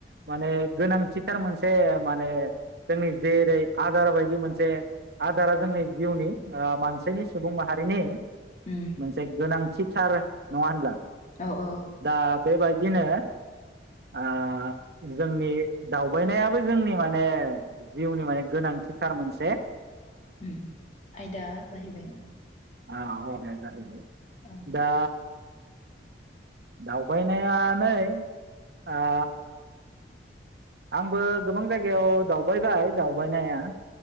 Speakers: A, on the right (about 60°); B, on the left (about 40°).
A: माने गोनांथिथार मोनसे माने जोंनि जेरै आदार बायदि मोनसे आदारा जोंनि जिउनि ओ मानसिनि सुबुं माहारिनि
B: उम
A: मोनसे गोनांथि सार नङा होनब्ला?
B: औ औ
A: दा बे बाय दिनो ओ जोंनि दावबायनायाबो जोंनि माने जिउनि माने गोनांथिथार मोनसे
B: उम आयदा जाहैबाय
A: आ औ आयदा जाहैबाय
B: औ
A: दा दावबायनाया नै ओ आंबो गोबां जायगायाव दावबायबाय दावबायनाया।